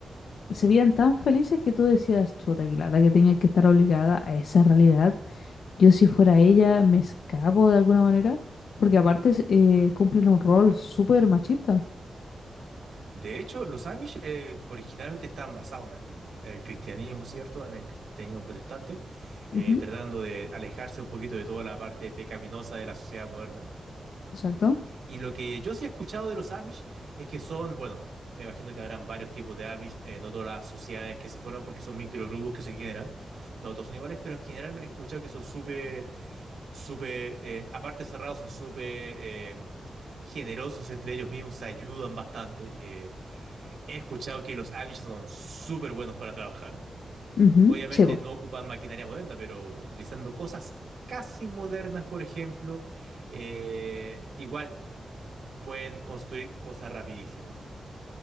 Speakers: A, on the left; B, on the right.
A: se veían tan felices que tú decías, chuta, que lata que tenga que estar obligada a esa realidad. Yo, si fuera ella, me escapo de alguna manera, porque aparte eh, cumplen un rol súper machista.
B: De hecho, los Amish eh, originalmente estaban basados en el cristianismo, ¿cierto? En el cristianismo protestante, eh,
A: Ujú,
B: tratando de alejarse un poquito de toda la parte pecaminosa de la sociedad moderna.
A: Exacto.
B: Y lo que yo sí he escuchado de los Amish es que son, bueno, me imagino que habrán varios tipos de Amish, eh, no todas las sociedades que se forman porque son microgrupos que se generan, no todos son iguales, pero en general me he escuchado que son súper, súper, eh, aparte cerrados, son súper eh, generosos entre ellos mismos, se ayudan bastante. eh, he escuchado que los Amish son súper buenos para trabajar.
A: Ujú,
B: Obviamente
A: sí, po.
B: no ocupan maquinaria moderna, pero utilizando cosas casi modernas, por ejemplo, eh, igual pueden construir cosas rapidísimos.